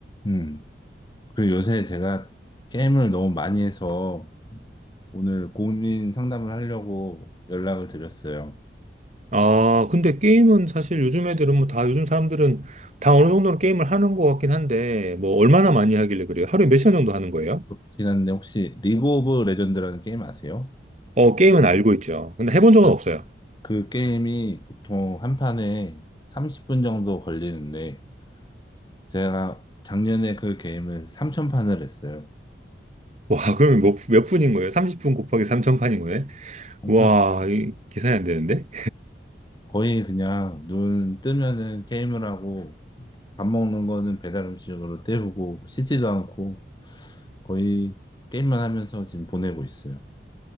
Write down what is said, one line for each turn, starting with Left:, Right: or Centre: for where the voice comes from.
Left: 음. 그리고 요새 제가 게임을 너무 많이 해서 오늘 고민 상담을 하려고 연락을 드렸어요.
Right: 아, 근데 게임은 사실 요즘 애들은 뭐 다, 요즘 사람들은 다 어느 정도는 게임을 하는 것 같긴 한데, 뭐 얼마나 많이 하길래 그래요? 하루에 몇 시간 정도 하는 거예요?
Left: 그렇긴 한데 혹시 리그 오브 레전드라는 게임 아세요?
Right: 어, 게임은 알고 있죠. 근데 해본 적은
Left: 아,
Right: 없어요. <laughs>
Left: 그 게임이 보통 한 판에 30분 정도 걸리는데 제가 작년에 그 게임을 3천판을 했어요.
Right: 와, 그러면 몇, 몇 분인 거예요? 30분 곱하기 3,000판인 거예요?
Left: 삼천
Right: 와, 이 계산이 안 되는데?
Left: 거의 그냥 눈 뜨면은 게임을 하고 밥 먹는 거는 배달 음식으로 때우고 씻지도 않고 거의 게임만 하면서 지금 보내고 있어요.